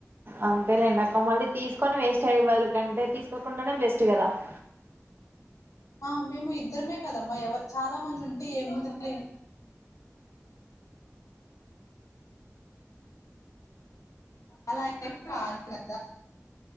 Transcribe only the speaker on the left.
ఆ మేము ఇద్దరమే కదమ్మా ఎవరు చాలా మంది ఉంటే ఏ ముందు లే అలా ఏం కాదు కదా